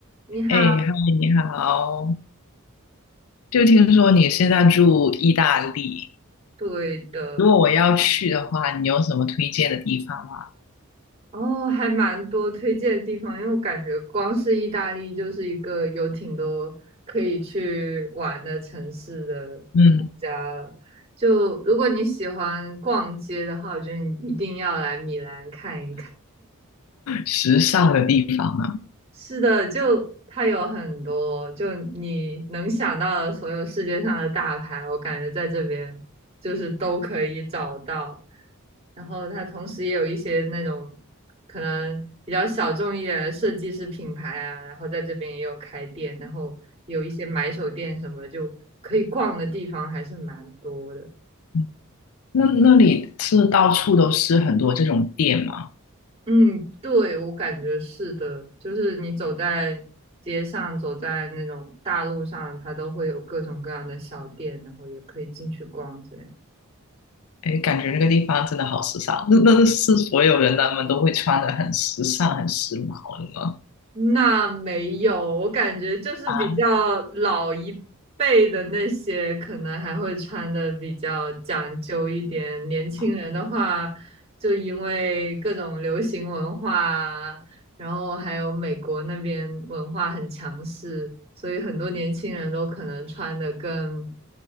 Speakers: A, on the right (about 30°); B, on the left (about 80°).
A: 你好，
B: 哎，嗨，你好！就听说你现在住意大利，
A: 对的，
B: 如果我要去的话，你有什么推荐的地方吗？
A: 哦，还蛮多推荐的地方，因为我感觉光是意大利就是一个有挺多可以去玩的城市的国家了。
B: 嗯，
A: 就如果你喜欢逛街的话，我觉得你一定要来米兰看一看。
B: 时尚的地方啊，
A: 是的，就它有很多，就你能想到的所有世界上的大牌，我感觉在这边就是都可以找到。然后它同时也有一些那种可能比较小众一点的设计师品牌啊，然后在这边也有开店，然后有一些买手店什么，就可以逛的地方还是蛮多的。
B: 嗯那那里是到处都是很多这种店吗？
A: 嗯，对，我感觉是的，就是你走在街上，走在那种大路上，它都会有各种各样的小店，然后也可以进去逛这样。
B: 哎，感觉那个地方真的好时尚，那那是所有人他们都会穿的很时尚、很时髦的吗？
A: 那没有，我感觉就是比较老一辈的那些，
B: 啊，
A: 可能还会穿的比较讲究一点。年轻人的话，
B: 啊，
A: 就因为各种流行文化啊然后还有美国那边文化很强势，所以很多年轻人都可能穿的更